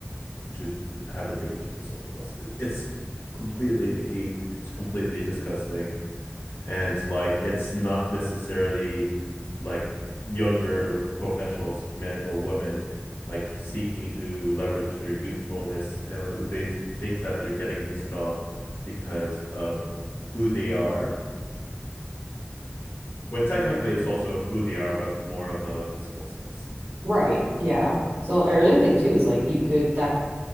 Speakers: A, on the left (about 65°); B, on the right (about 65°).
A: to have a date or something else. It- It's completely icky. It's completely disgusting. And like it's not necessarily like younger professionals, men or women, like seeking to leverage their youthfulness and they th- think that they're getting this job because of who they are, when technically it's also who they are, but more of a physical sense.
B: Right. Yeah. So or the other thing too is like you could that